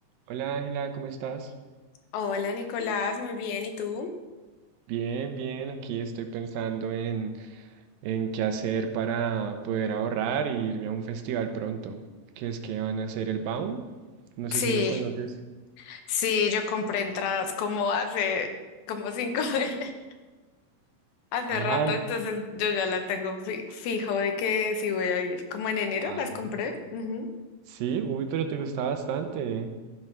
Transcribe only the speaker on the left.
Hola Nicolás, muy bien, ¿y tú?
Sí,
sí, yo compré entradas como hace, como cinco <laughs> meses, hace
rato, entonces yo ya las tengo fi- fijo de que sí voy a ir. Como en enero
las compré. Ujú.